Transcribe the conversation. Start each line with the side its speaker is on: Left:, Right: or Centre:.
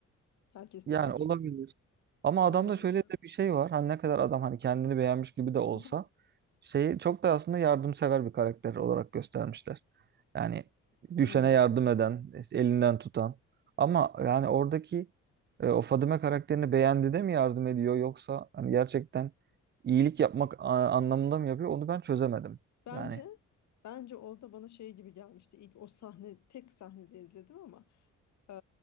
Left: Herkes
Right: Yani
Left: de erkek.
Right: olabilir. Ama
Left: Bana
Right: adamda
Left: öyle
Right: şöyle
Left: geldi.
Right: de bir şey var. Hani ne kadar adam hani kendini beğenmiş gibi de olsa
Left: Hı hı.
Right: şeyi çok da aslında yardımsever bir karakter olarak göstermişler. Yani düşene
Left: Hmm.
Right: yardım eden, işte elinden tutan. Ama yani oradaki e, o Fadime karakterini beğendi de mi yardım ediyor yoksa hani gerçekten iyilik yapmak a- anlamında mı yapıyor onu ben çözemedim.
Left: Bence
Right: Yani
Left: bence orada bana şey gibi gelmişti. İlk o sahne tek sahnede izledim ama eee,